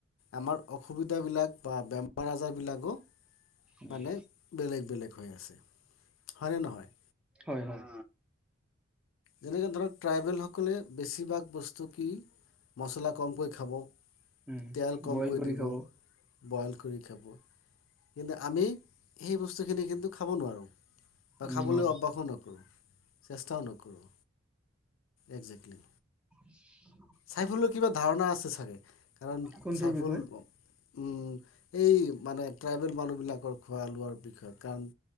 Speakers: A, on the left; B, in the centre.
A: আমাৰ অসুবিধাবিলাক বা বেমাৰ আজাৰবিলাকো
B: উম,
A: মানে বেলেগ বেলেগ। হৈ আছে, হয়নে নহয়?
B: হয় হয়।
A: যেনেকে ধৰক ট্ৰাইবেলসকলে বেছিভাগ বস্তু কি মচলা কমকৈ খাব।
B: উম
A: তেল কমকৈ
B: বইল কৰি
A: দিব
B: খাব।
A: বইল কৰি খাব। কিন্তু আমি সেই বস্তুখিনি কিন্তু খাব নোৱাৰোঁ। বা
B: উম,
A: খাবলৈ
B: নোৱাৰো
A: অভ্যাসো নকৰোঁ চেষ্টাও নকৰোঁ। একজেক্টলি।
B: <unintelligible>
A: <unintelligible> কিবা ধাৰণা আছে চাগে। কাৰণ
B: কোনটোৰ
A: চাইফুল,
B: বিষয়?
A: উ', এই, মানে ট্ৰাইবেল মানুহবিলাকৰ খোৱা লোৱাৰ বিষয়ে কাৰণ,